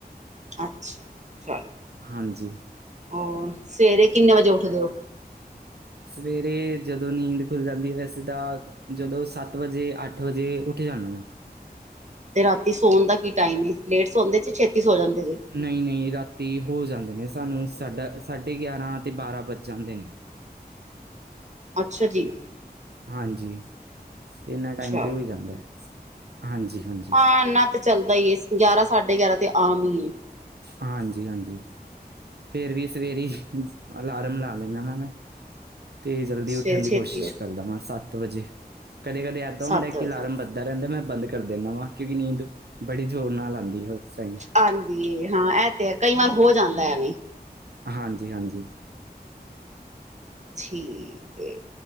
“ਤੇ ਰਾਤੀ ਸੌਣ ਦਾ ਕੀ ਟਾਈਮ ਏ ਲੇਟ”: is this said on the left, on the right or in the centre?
Right